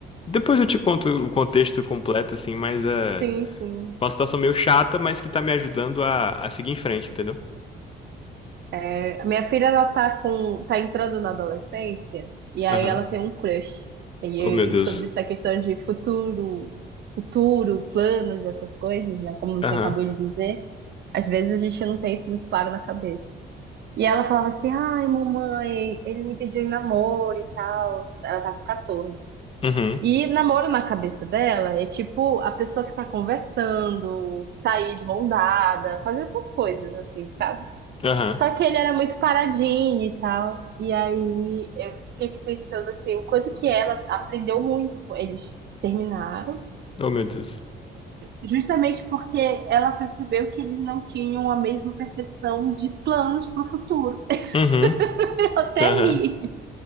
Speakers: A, on the left (about 30°); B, on the right (about 60°).
A: Depois eu te conto o contexto completo, assim, mas é...
B: Sim, sim.
A: Uma situação meio chata, mas que tá me ajudando a, a seguir em frente, entendeu?
B: É, a minha filha, ela tá com, tá entrando na adolescência, e aí
A: Aham.
B: ela tem um crush. E aí,
A: Oh, meu Deus.
B: sobre essa questão de futuro, futuro, planos e essas coisas, né? Como
A: Aham.
B: você acabou de dizer, às vezes a gente não tem isso muito claro na cabeça. E ela falava assim, ai, mamãe, ele me pediu em namoro e tal. Ela tá com 14.
A: Uhum.
B: E namoro na cabeça dela é tipo a pessoa ficar conversando, sair de mão dada, fazer essas coisas, assim, sabe?
A: Aham.
B: Só que ele era muito paradinho e tal. E aí eu fiquei pensando assim, o quanto que ela aprendeu muito com eles terminaram,
A: Oh, meu Deus.
B: justamente porque ela percebeu que eles não tinham a mesma percepção de planos para o futuro.
A: Uhum.
B: <laughs> Eu até
A: Aham.
B: ri